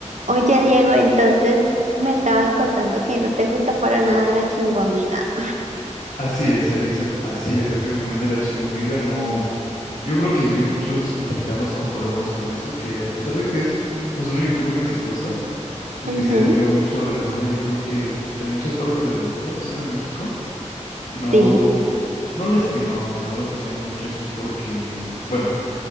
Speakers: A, on the right; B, on the left.
A: Oye, Diego, entonces me estabas contando que no te gusta para nada la chinguamiga.
B: Así es, Elisa, así es, es mi opinión de la chingüamiga, no, yo creo que yo y muchos mexicanos concordamos con eso, que a pesar de que es pues una youtuber exitosa y que
A: Ujú,
B: se ha tenido mucho renombre, yo creo que en muchas partes del mundo, no solo en México, no,
A: sí.
B: no la estimamos, no la apreciamos mucho aquí porque, bueno,